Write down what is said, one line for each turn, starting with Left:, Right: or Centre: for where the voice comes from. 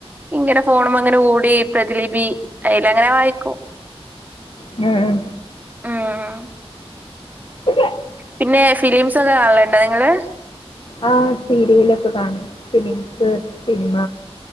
Right: ഇങ്ങനെ ഫോണ്മ്മെങ്ങനെ കൂടി പ്രതിലിപി അയ്ലങ്ങനെ വായിക്കും.
Left: ഉം.
Right: ഉം
Left: <inaudible>
Right: പിന്നെ ഫിലിംസൊക്കെ കാണല്ണ്ടോ നിങ്ങള്?
Left: ആഹ സീരിയലൊക്കെ കാണും ഫിലിംസ് സിനിമ